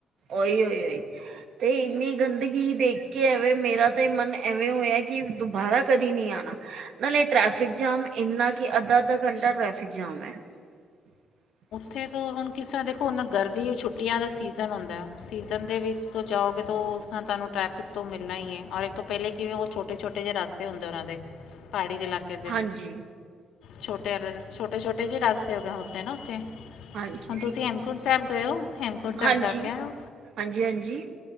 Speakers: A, on the right; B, on the left.
A: ਓਹੀ, ਓਹੀ, ਓਹੀ ਤੇ ਇੰਨੀ ਗੰਦਗੀ ਦੇਖ ਕੇ ਐਵੇਂ ਮੇਰਾ ਤੇ ਮਨ ਐਵੇਂ ਹੋਇਆ ਕਿ ਦੁਬਾਰਾ ਕਦੀ ਨੀ ਆਨਾ, ਨਾਲੇ ਟ੍ਰੈਫਿਕ ਜਾਮ ਇੰਨਾ ਕਿ ਅੱਧਾ-ਅੱਧਾ ਘੰਟਾ ਟ੍ਰੈਫਿਕ ਜਾ <unintelligible> <inaudible>
B: ਉੱਥੇ ਤੋਂ ਹੁਨ ਕਿਸ ਤਰਾ ਦੇਖੋ ਨਾ ਗਰਦੀ ਛੁੱਟੀਆਂ ਦਾ ਸੀਜ਼ਨ ਹੁੰਦਾਏ, ਸੀਜ਼ਨ ਦੇ ਵਿੱਚ ਤੋ ਜਾਓਗੇ ਤੋ <unintelligible> ਤੁਹਾਨੂੰ ਟ੍ਰੈਫਿਕ ਤੋਂ ਮਿਲਨਾ ਈ ਐ। ਔਰ ਏਕ ਤੋਂ ਪਹਿਲੇ ਕਿਵੇਂ ਉਹ ਛੋਟੇ-ਛੋਟੇ ਜੇ ਰਾਸਤੇ ਹੁੰਦੇ ਉਹਨਾਂ ਦੇ। ਪਹਾੜੀ ਦੇ ਇਲਾਕੇ ਦੇ,
A: ਹਾਂਜੀ
B: ਛੋਟੇ, ਅਰਰ ਛੋਟੇ-ਛੋਟੇ ਜੇ ਰਾਸਤੇ ਹੋ ਗਏ ਹੋਤੇ ਨਾ ਉੱਥੇ। ਹੁਨ
A: ਹਾਂਜੀ
B: ਤੁਸੀਂ ਹੇਮਕੁੰਟ ਸਾਹਿਬ ਗਏ ਹੋ। ਹੇਮਕੁੰਟ ਸਾਹਿਬ
A: ਹਾਂਜੀ,
B: ਜਾ ਕੇ ਆਏ ਹੋ
A: ਹਾਂਜੀ-ਹਾਂਜੀ।